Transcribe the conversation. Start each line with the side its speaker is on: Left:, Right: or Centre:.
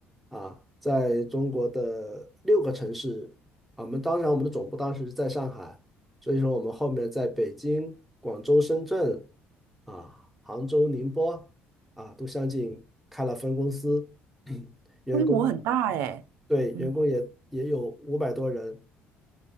Centre: 啊，在中国的六个城市，啊我们当然我们的总部当时是在上海，所以说我们后面在北京、广州、深圳啊、杭州、宁波。啊，都相继开了分公司，<clears throat> 员工
Right: 规模很大哎，
Centre: 对员工也也有五百多人，
Right: 嗯